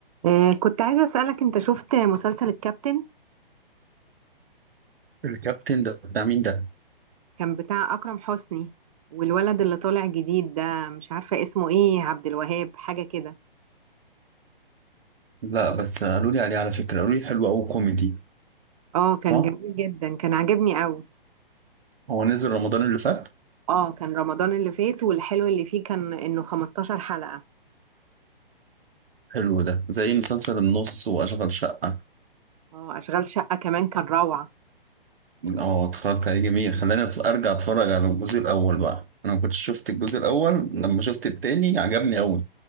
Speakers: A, on the right (about 40°); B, on the right (about 75°).
A: آه، كنت عايزة أسألك أنت شفت مسلسل الكابتن
B: الكابتن ده بتاع مين ده؟
A: كان بتاع أكرم حسني والولد اللي طالع جديد ده مش عارفة اسمه إيه عبد الوهاب حاجة كده
B: لا بس قالوا لي عليه على فكرة قالوا لي حلو أوي كوميدي
A: اه كان
B: صح؟
A: جميل جدا كان عاجبني قوي
B: هو نزل رمضان اللي فات
A: اه كان رمضان اللي فات والحلو اللي فيه كان إنه 15 حلقة
B: حلو ده زي مسلسل النص وأشغال شقة
A: اه أشغال شقة كمان كان روعة
B: اه اتفرجت عليه جميل خلاني أت- أرجع أتفرج على الجزء الأول بقى أنا ما كنتش شفت الجزء الأول لما شفت التاني عجبني أوي